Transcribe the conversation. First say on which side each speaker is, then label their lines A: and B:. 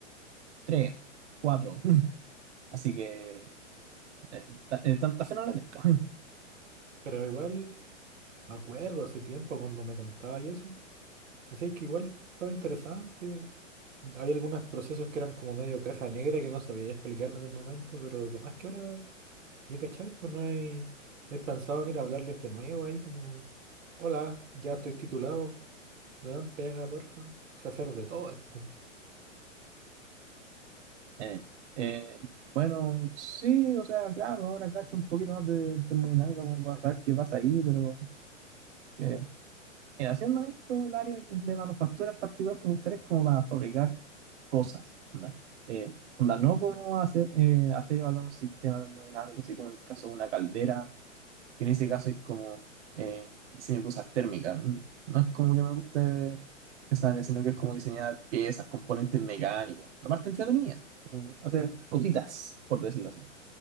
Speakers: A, on the right; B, on the right.
A: tres, cuatro. <laughs> Así que eh, ta- eh, tanta fe no la tengo.
B: Pero igual, me acuerdo hace tiempo cuando me contaba y eso. Decías que igual estaba interesante. Hay algunos procesos que eran como medio caja negra que no sabía explicarme en el momento, pero además que ahora, ya cachai, pues no hay, no hay pensado en ir a hablarles de nuevo ahí como, hola, ya estoy titulado, me dan pega, porfa. Sé hacer de todo esto.
A: Eh, eh, bueno, sí, o sea, claro, ahora cacho un poquito más de termodinámica como para saber qué pasa ahí, pero que, en haciendo esto, el área de manufactura en particular que me gustaría es como para fabricar cosas, onda, Eh, onda, no como hacer, eh, hacer y evaluar un sistema termodinámico, así como en el caso de una caldera que en ese caso es como eh, diseño de cosas térmicas. N- No es como que me guste esa área, sino que es como diseñar piezas, componentes mecánicos, la parte entretenida, como hacer cositas, por decirlo así.